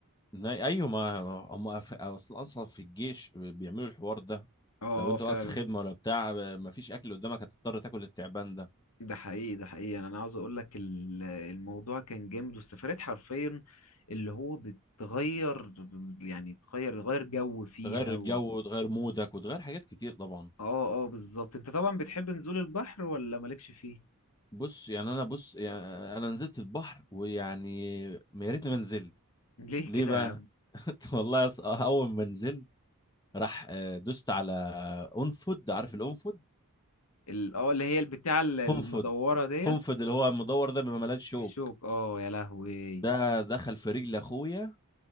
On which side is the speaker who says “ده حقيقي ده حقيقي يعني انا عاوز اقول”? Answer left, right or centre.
Left